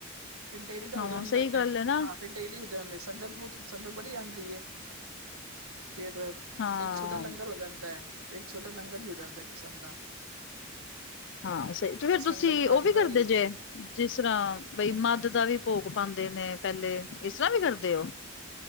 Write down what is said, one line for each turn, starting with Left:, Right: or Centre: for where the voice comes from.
Right: ਫਿਰ ਡੇਲੀ ਦਾ
Left: ਹਾਂ
Right: ਹੋ ਜਾਂਦੈ,
Left: ਸਹੀ ਗੱਲ ਹੈ ਨਾ
Right: ਹਾਂ ਫਿ ਡੇਲੀ ਹੋ ਜਾਂਦੈ ਸੰਗਤ ਬੋਤ, ਸੰਗਤ ਬੜੀ ਆਂਦੀ ਏ। ਫਿਰ
Left: ਹਾਂ
Right: ਏਕ ਛੋਟਾ ਲੰਗਰ ਹੋ ਜਾਂਦੈ, ਏਕ ਛੋਟਾ ਲੰਗਰ ਈ ਹੋ ਜਾਂਦੈ ਇੱਕ ਕਿਸਮ ਦਾ।
Left: ਹਾਂ ਸਹੀ। ਤੇ ਫੇਰ ਤੁਸੀਂ
Right: ਸੰਗਤ ਵਾਰੀ
Left: ਓ ਵੀ
Right: ਵਾਰੀ
Left: ਕਰਦੇ ਜੇ ਜਿਸ ਤਰ੍ਹਾਂ ਬਈ ਮੱਧ ਦਾ ਵੀ ਭੋਗ ਪਾਂਦੇ ਨੇ ਪੈਲੇ, ਇਸ ਤਰ੍ਹਾਂ ਵੀ ਕਰਦੇ ਓ?